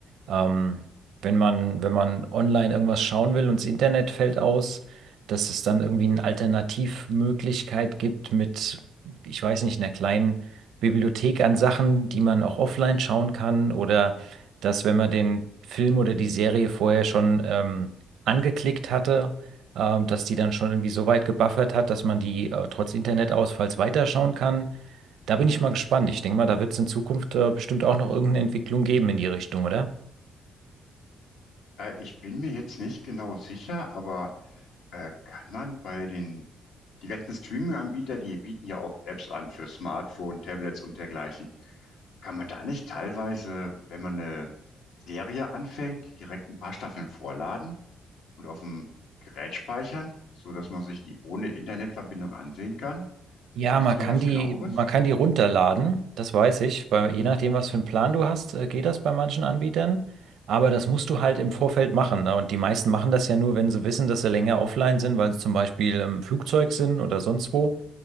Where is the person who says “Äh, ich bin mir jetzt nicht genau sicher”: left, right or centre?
Left